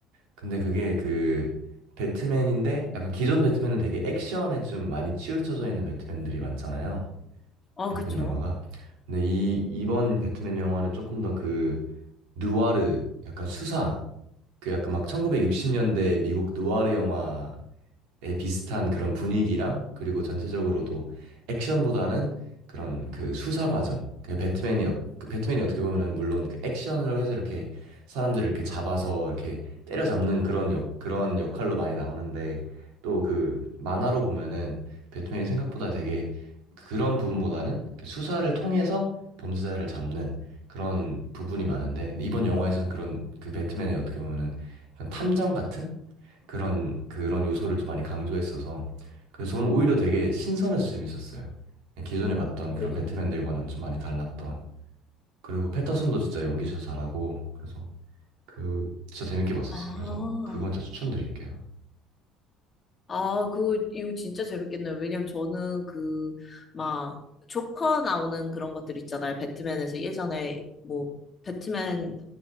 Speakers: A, on the right; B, on the left.
A: 근데 그게 그 배트맨인데 약간 기존 배트맨은 되게 액션에 좀 많이 치우쳐져 있는 배트맨들이 많잖아요.
B: 아,
A: 배트맨
B: 그쵸.
A: 영화가. 근데 이 이번 배트맨 영화는 조금 더 그 누아르 약간 수사 그 약간 막 1960년대 미국 누아르 영화 에 비슷한 그런 분위기랑 그리고 전체적으로도 액션보다는 그런 그 수사 과정. 그 배트맨이 어- 그 배트맨이 어떻게 보면은 물론 그 액션으로 해서 이렇게 사람들을 이렇게 잡아서 이렇게 때려잡는 그런 역 그런 역할로 많이 나오는데 또 그 만화로 보면은 배트맨이 생각보다 되게 그런 부분보다는 그 수사를 통해서 범죄자를 잡는 그런 부분이 많은데 이번 영화에서는 그런 그 배트맨의 어떻게 보면은 그런 탐정 같은 그런 그런 요소를 좀 많이 강조했어서 그래서 저는 오히려 되게 신선해서 재밌었어요. 기존에 봤던 그런
B: 오,
A: 배트맨들과는
B: 오.
A: 좀 많이 달랐던 그리고 패터슨도 진짜 연기 진짜 잘하고 그래서 그 진짜 재밌게 봤었어요.
B: 아,
A: 그래서 그건 진짜 추천드릴게요.
B: 아, 그, 이거 진짜 재밌겠네요. 왜냐면 저는 그, 막, 조커 나오는 그런 것들 있잖아요. 배트맨에서 예전에, 뭐, 배트맨,